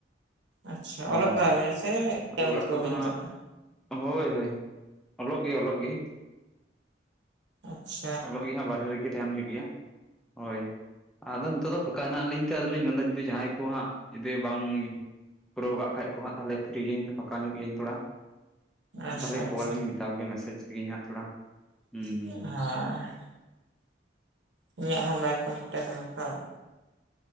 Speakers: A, on the right; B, in the centre.
A: ᱟᱪᱷᱟ
B: ᱦᱩᱸ
A: ᱚᱞᱚᱜ <unintelligible> ᱵᱤᱱ ᱥᱮ
B: ᱟᱫᱚ
A: ᱠᱟᱹᱢᱤ
B: ᱚᱲᱟᱜ
A: ᱠᱚᱵᱤᱱ
B: ᱠᱚᱨᱮ ᱫᱚ ᱦᱟᱸᱜ
A: ᱪᱟᱞᱟᱜ-ᱟ?
B: ᱦᱳᱭ ᱦᱳᱭ ᱚᱞᱚᱜ ᱜᱮ ᱚᱞᱚᱜ ᱜᱤ᱾
A: ᱟᱪᱪᱷᱟ
B: ᱚᱞᱚᱜ ᱜᱮ ᱦᱟᱸᱜ ᱵᱟᱨᱦᱮ ᱨᱮᱜᱮ ᱛᱟᱦᱮᱸᱱ ᱦᱩᱭᱩᱜ ᱜᱮᱭᱟ, ᱦᱚᱭ᱾ ᱟᱫᱚ ᱱᱤᱛᱚᱜ ᱫᱚ ᱯᱷᱟᱸᱠᱟ ᱦᱮᱱᱟᱜ ᱞᱤᱧ ᱛᱮ ᱟᱫᱚᱞᱤᱧ ᱢᱮᱱᱫᱟ ᱡᱩᱫᱤ ᱡᱟᱦᱟᱸᱭ ᱠᱚ ᱦᱟᱸᱜ ᱡᱩᱫᱤ ᱵᱟᱝ ᱯᱩᱨᱟᱹᱣ ᱠᱟᱜᱼᱼ ᱠᱷᱟᱡ ᱠᱚ ᱦᱟᱸᱜ ᱛᱟᱦᱞᱮ ᱯᱷᱤᱨᱤ ᱜᱤᱭᱟᱹᱧ ᱯᱷᱟᱸᱠᱟ ᱧᱚᱜ ᱜᱮᱭᱟᱹᱧ ᱛᱷᱚᱲᱟ᱾
A: ᱟᱪᱪᱷᱟ
B: ᱛᱟᱦᱞᱮ
A: ᱟᱪᱪᱷᱟ
B: ᱠᱚᱞᱟᱹᱧ ᱢᱮ᱾ ᱦᱟᱛᱟᱣ ᱜᱮ ᱢᱮᱥᱮᱡᱽ ᱞᱮᱜᱤᱧ ᱦᱟᱸᱜ ᱛᱷᱚᱲᱟ᱾ ᱦᱩᱸ
A: ᱦᱟᱸᱻ
B: ᱦᱩᱸ ᱦᱩᱸ
A: ᱤᱧᱟᱹᱜ ᱦᱚᱸ ᱵᱟᱭ ᱠᱚᱢᱯᱞᱤᱴ ᱠᱟᱱᱟ ᱛᱚ᱾